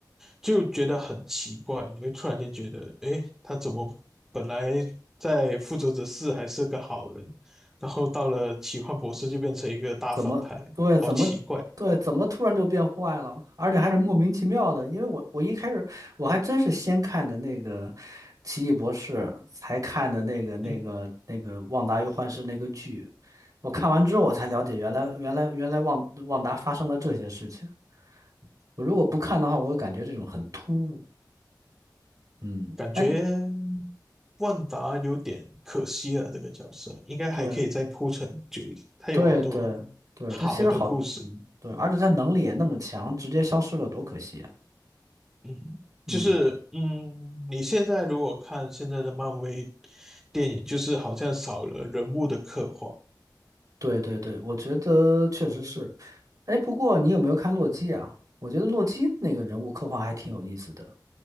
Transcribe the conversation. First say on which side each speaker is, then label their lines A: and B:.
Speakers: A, in the centre; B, on the right.
A: 就觉得很奇怪，你会突然间觉得，诶，他怎么本来在复仇者四还是个好人，然后到了奇幻博士就变成一个大反派，
B: 怎么对怎么对怎么突然就变坏了，
A: 好奇怪。
B: 而且还是莫名其妙的。因为我我一开始我还真是先看的那个《奇异博士》，才看的那个那个那个《旺达与幻视》那个剧。
A: 嗯。
B: 我看完之后，我才了解原来原来原来旺旺达发生了这些事情。我如果不看的话，我会感觉这种很突兀。嗯，
A: 感觉
B: 但
A: 万达有点可惜了，这个角色应该还可以再铺陈久一点。
B: 对
A: 他有好多
B: 对对对，
A: 好的故事，
B: 他其实好，嗯，对，而且他能力也那么强，直接消失了，多可惜啊。
A: 嗯，
B: 嗯。
A: 就是嗯，你现在如果看现在的漫威电影，就是好像少了人物的刻画。
B: 对对对，我觉得确实是。哎，不过你有没有看洛基啊？我觉得洛基那个人物刻画还挺有意思的。